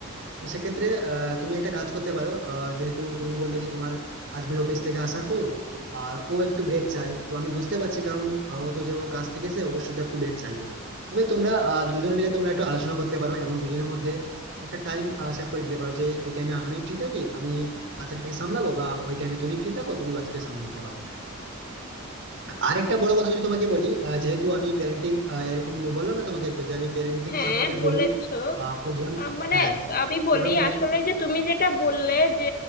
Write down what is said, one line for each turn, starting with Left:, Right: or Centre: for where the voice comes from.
Right: তো সেক্ষেত্রে আহ, তুমি একটা কাজ করতে পারো আহ, যেহেতু তুমি বললে যে তোমার হাজবেন্ড অফিস থেকে আসার পর আর ও একটু ব্রেক চায় তো আমি বুঝতে পারছি কারণ আহ, ও তো যে কাজ থেকে এসে অবশ্যই তো একটু ব্রেক চাইবে তবে তোমরা আহ, দুজনে মিলে তোমরা একটু আলোচনা করতে পারো এবং দুজনের মধ্যে একটা টাইম সেট করে দিতে পারো যে এই টাইমে আমি ফ্রি থাকি আমি বাচ্চাটাকে সামলাবো বা ওই টাইমে তুমি ফ্রি থাকো তুমি বাচ্চাটাকে সামলে নিতে পারো আরেকটা বড় কথা যদি তোমাকে বলি আহ, যেহেতু আমি প্যারেন্টিং এরকম বললাম না তোমাকে একটু যে আমি প্যারেন্টিং
Left: হ্যাঁ
Right: সাপোর্টের
Left: বলেছো
Right: বহু প্রোগ্রাম
Left: আহ, মানে
Right: হ্যাঁ
Left: আমি
Right: প্রোগ্রাম
Left: বলি আসলে যে তুমি যেটা বললে যে